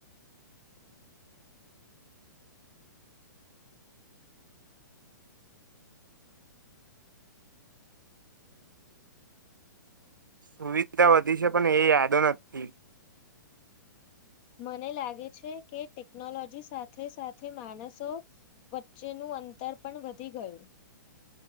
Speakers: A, on the right; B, on the left.
A: સુવિધા વધી છે પણ એ યાદો નથી
B: મને લાગે છે કે ટેકનોલોજી સાથે સાથે માણસો વચ્ચેનું અંતર પણ વધી ગયું